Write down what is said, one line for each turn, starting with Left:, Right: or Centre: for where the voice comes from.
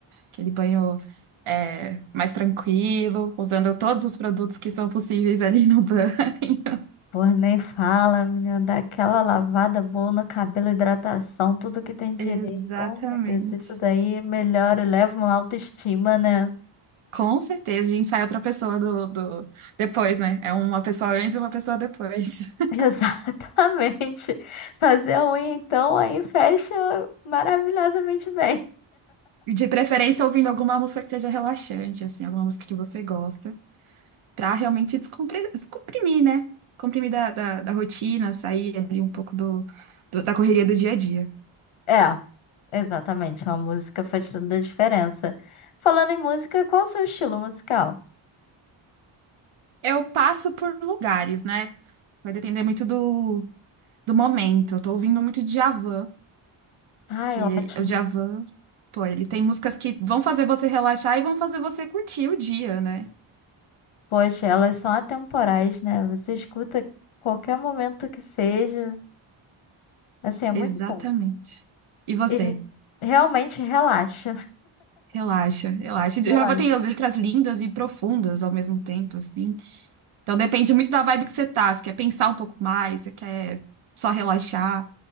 Right: aquele banho é, mais tranquilo, usando todos os produtos que são possíveis ali no banho. <laughs>
Left: Pô, nem fala, menina, dá aquela lavada boa no cabelo, hidratação, tudo que tem direito.
Right: Exatamente.
Left: Oh, meu Deus, isso daí melhora, leva uma autoestima, né?
Right: Com certeza, a gente sai outra pessoa do, do... depois, né? É uma pessoa antes e uma pessoa depois.
Left: <laughs>
Right: <laughs>
Left: Exatamente. Fazer a unha, então, aí fecha maravilhosamente bem.
Right: De preferência, ouvindo alguma música que seja relaxante, assim, alguma música que você gosta, pra realmente descompre- descomprimir, né? Comprimir da, da, da rotina, sair ali um pouco do, do- da correria do dia a dia.
Left: É, exatamente, uma música faz toda a diferença. Falando em música, qual o seu estilo musical?
Right: Eu passo por lugares, né? Vai depender muito do, do momento. Eu tô ouvindo muito Djavan,
Left: Ai,
Right: que
Left: ótimo.
Right: o Djavan, pô, ele tem músicas que vão fazer você relaxar e vão fazer você curtir o dia, né?
Left: Poxa, elas são atemporais, né? Você escuta qualquer momento que seja. Assim, é muito
Right: Exatamente.
Left: bom.
Right: E você?
Left: E re- realmente relaxa.
Right: Relaxa, relaxa. Java
Left: Relaxa.
Right: tem letras lindas e profundas ao mesmo tempo, assim. Então depende muito da vibe que você tá. Você quer pensar um pouco mais, você quer só relaxar.